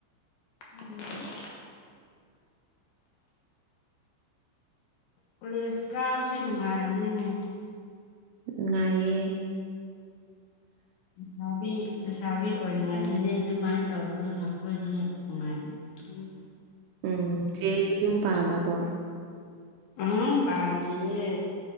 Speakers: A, on the left; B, on the right.
A: ꯎꯝ꯫ ꯀꯣꯂꯦꯖ ꯀꯥꯕꯁꯦ ꯅꯨꯡꯉꯥꯏꯔꯝꯅꯤꯅꯦ꯫
B: ꯅꯨꯡꯉꯥꯏꯌꯦ꯫
A: ꯂꯩꯁꯥꯕꯤ ꯂꯩꯁꯥꯕꯤ ꯑꯣꯏꯔꯤꯉꯩꯗꯗꯤ ꯑꯗꯨꯃꯥꯏꯅ ꯇꯧꯕꯗꯨ ꯅꯈꯣꯏ ꯑꯗꯨ ꯌꯥꯝ ꯅꯨꯡꯉꯥꯏꯕꯅꯤ꯫ ꯎꯝ꯫
B: ꯎꯝ ꯆꯦꯗꯤ ꯌꯨꯝ ꯄꯥꯜꯂꯕꯣ꯫
A: ꯎꯝ ꯄꯥꯟꯗꯔꯤꯌꯦ